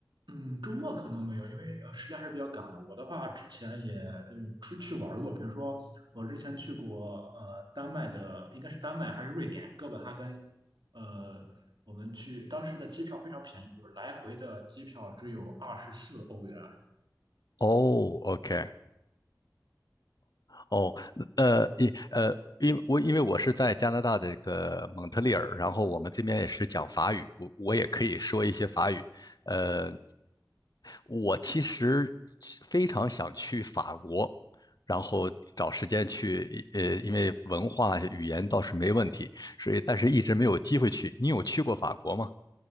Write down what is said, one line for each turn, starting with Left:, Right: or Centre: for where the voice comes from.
Right: 嗯，周末可能没有，因为呃时间还是比较赶的。我的话，之前也嗯出去玩过，比如说我之前去过呃丹麦的，应该是丹麦还是瑞典哥本哈根，呃，我们去当时的机票非常便宜，就是来回的机票只有二十四欧元。
Left: 哦，OK，哦，呃，一呃，因为我因为我是在加拿大的这个蒙特利尔，然后我们这边也是讲法语，我我也可以说一些法语。呃，我其实非常想去法国，然后找时间去，呃，因为文化语言倒是没问题，所以但是一直没有机会去。你有去过法国吗？